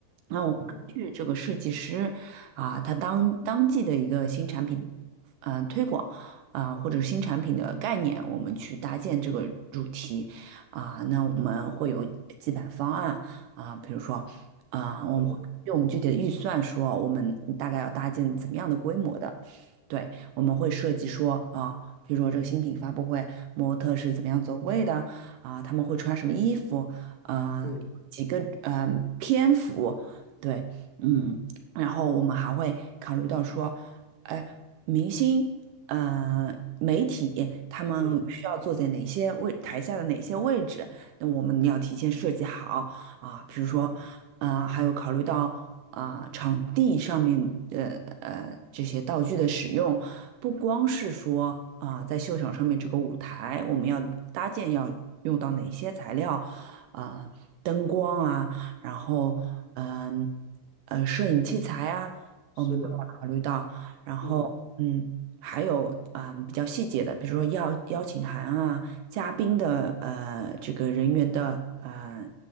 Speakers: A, on the right; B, on the left.
A: 那我们根据这个设计师啊，
B: 哦，
A: 他当当季的一个新产品，嗯，推广啊，或者新产品的概念，我们去搭建这个主题啊，那我们会有几版方案啊，比如说啊，我们会。
B: 嗯
A: 据我们具体的预算说，我们大概要搭建怎么样的规模的对，我们会设计说啊，比如说这个新品发布会，模特是怎么样走位的啊，他们会穿什么衣服啊，
B: 嗯
A: 几个呃篇幅，对，嗯，然后我们还会考虑到说，哎，明星，呃，媒体他们需要坐在哪些位，
B: 嗯，
A: 台下的哪些位置，那我们要提前设计好啊，比如说，
B: 哦，
A: 呃，还有考虑到。啊、呃场地上面的呃这些道具的使用，不光是说啊、呃在秀场上面这个舞台，我们要搭建要用到哪些材料啊、呃灯光啊，然后嗯呃呃摄影器材啊，我们都要考虑到，
B: 是的，
A: 然后嗯。
B: 嗯
A: 还有啊、比较细节的，比如说邀邀请函啊，嘉宾的呃这个人员的呃